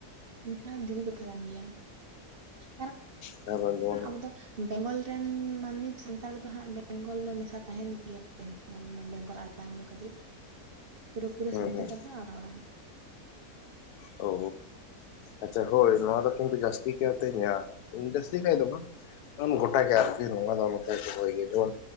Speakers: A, on the right; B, on the left.
A: ᱮᱠᱷᱟᱱ ᱫᱤᱠᱩ ᱠᱟᱛᱷᱟ ᱠᱟᱱ ᱜᱮᱭᱟ ᱟᱨ ᱵᱟᱝᱠᱷᱟᱱ
B: ᱡᱟᱦᱟᱸ ᱫᱚ ᱡᱮᱢᱚᱱ
A: ᱟᱵᱚ ᱫᱚ ᱵᱮᱝᱜᱚᱞ ᱨᱮᱱ ᱢᱟᱹᱱᱢᱤ ᱥᱟᱱᱛᱟᱲ ᱫᱚ ᱦᱟᱸᱜ ᱵᱮᱝᱜᱚᱞ ᱫᱚ ᱢᱮᱥᱟ ᱛᱟᱸᱦᱮᱱ ᱜᱮᱭᱟ᱾ ᱵᱮᱝᱜᱚᱞ <unintelligible> ᱠᱟᱹᱴᱤᱡ ᱯᱩᱨᱟᱹ ᱯᱩᱨᱤ
B: ᱦᱩᱸ
A: ᱥᱟᱱᱛᱟᱲ
B: ᱦᱩᱸ
A: ᱠᱟᱛᱷᱟ ᱵᱟᱝ ᱵᱚᱱ ᱨᱚᱲᱟ᱾
B: ᱚ ᱟᱪᱷᱟ ᱦᱳᱭ ᱱᱚᱣᱟ ᱫᱚ ᱠᱤᱱᱛᱩ ᱡᱟᱹᱥᱛᱤ ᱠᱟᱭᱛᱮ ᱤᱧᱟᱜ ᱡᱟᱹᱥᱛᱤ ᱠᱟᱭ ᱫᱚ ᱵᱟᱝ ᱜᱚᱴᱟ ᱜᱮ ᱟᱨ ᱠᱤ ᱱᱚᱣᱟ ᱫᱚ ᱚᱱᱠᱟ ᱠᱚ ᱦᱚᱦᱚᱭ ᱜᱮᱭᱟ ᱡᱮᱢᱚᱱ